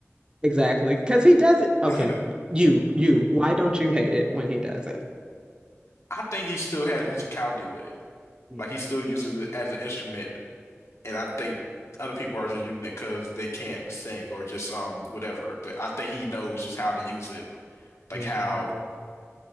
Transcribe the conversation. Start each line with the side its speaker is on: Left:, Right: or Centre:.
Right: Exactly. Because he does it. Okay.
Left: <laughs>
Right: You, you. Why don't you hate it when he does it?
Left: I think he still has musicality with it.
Right: Yeah,
Left: Like he still uses it as an instrument, and I think other people are just using it because they can't sing or just um whatever. But I think he knows just how to use it like
Right: yeah,
Left: how
Right: he does.